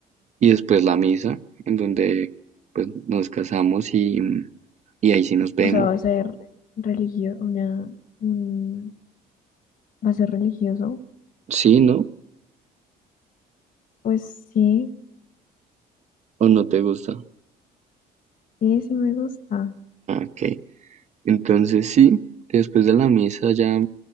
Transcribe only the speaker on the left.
O sea, va a ser religio, una, un, va a ser religioso.
Pues sí,
sí, sí me gusta.